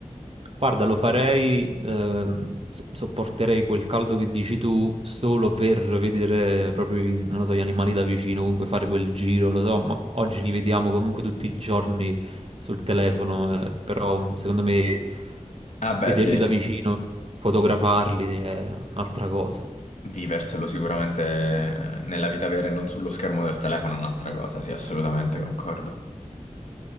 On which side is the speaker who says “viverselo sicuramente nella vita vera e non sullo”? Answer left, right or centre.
Left